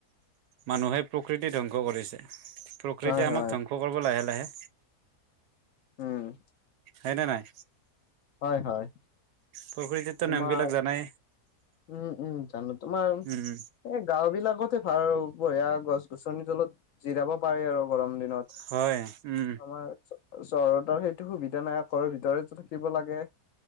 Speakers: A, on the right; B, on the left.
A: মানুহে প্ৰকৃতি ধ্বংস কৰিছে প্ৰকৃতিয়ে
B: হয় হয়।
A: আমাক ধ্বংস কৰিব লাহে লাহে
B: উম
A: হয়নে নাই
B: হয় হয়
A: প্ৰকৃতিতো
B: তোমাৰ
A: নেমবিলাক জানাই
B: উম উম জানো তোমাৰ
A: উম
B: এই গাঁও বিলাকতে আও বঢ়িয়া গছ গছনিৰ তলত জিৰাব পাৰে আৰু গৰম দিন নত
A: হয় উম
B: আমাৰ চ চহৰত আৰু সেইটো সুবিধা নাই ঘৰৰ ভিতৰতে থাকিব লাগে